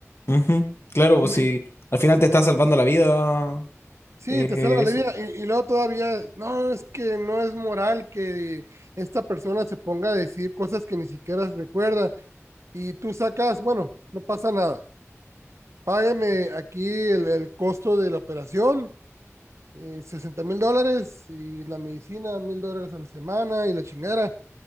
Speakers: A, on the left; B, on the right.
A: Ujú. Claro, pues
B: Y, le-
A: si al final te está salvando la vida,
B: sí,
A: eh,
B: te salva
A: eso.
B: la vida. Y, y luego todavía, no, es que no es moral que esta persona se ponga a decir cosas que ni siquiera recuerda. Y tú sacas, bueno, no pasa nada. Págueme aquí el el costo de la operación eh, 60 mil dólares y la medicina, mil dólares a la semana y la chingada.